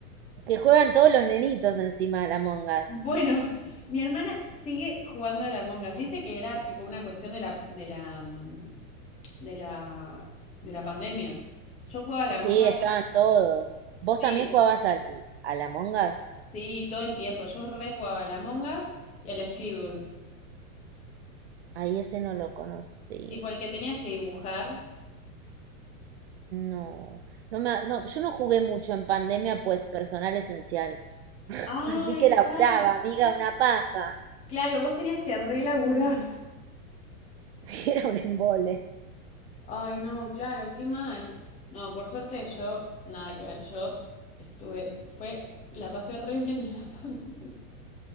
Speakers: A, on the right; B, on the left.
A: Que juegan todos los nenitos encima de la Among Us.
B: Bueno, mi hermana sigue jugando al Among Us. ¿Viste que era tipo una cuestión de la, de la, mm, de la, de la pandemia? Yo jugaba al
A: Sí,
B: Among Us,
A: estaban todos. ¿Vos
B: sí,
A: también jugabas al, al Among Us?
B: sí, todo el tiempo. Yo re jugaba al Among Us y al Scribble.
A: Ay, ese no lo conocí.
B: Tipo el que tenías que dibujar.
A: No, no me, no, yo no jugué mucho en pandemia, pues personal esencial. <laughs>
B: Ay,
A: Así que la
B: claro.
A: brava, amiga, una paja.
B: Claro, vos tenías que relaburar.
A: <laughs> Era un embole.
B: Ay, no, claro, qué mal. No, por suerte yo, nada que ver, yo estuve, fue, la pasé re bien en la <laughs> pandemia.